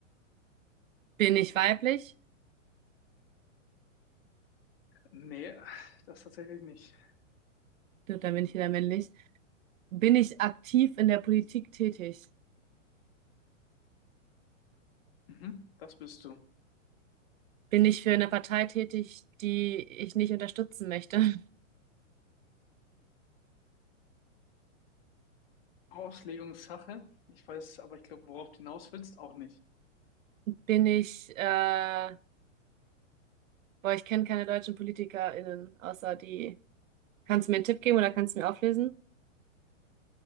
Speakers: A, on the right; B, on the left.
A: Bin ich weiblich?
B: Nee, das tatsächlich nicht.
A: Gut, Dann bin ich wieder männlich. Bin ich aktiv in der Politik tätig?
B: Mhm, das bist du.
A: Bin ich für eine Partei tätig, die ich nicht unterstützen möchte? <laughs>
B: Auslegungssache. Ich weiß aber, ich glaube, worauf du hinaus willst, auch nicht.
A: Bin ich, äh, boah, ich kenne keine deutschen PolitikerInnen, außer die. Kannst du mir einen Tipp geben oder kannst du mir auflesen?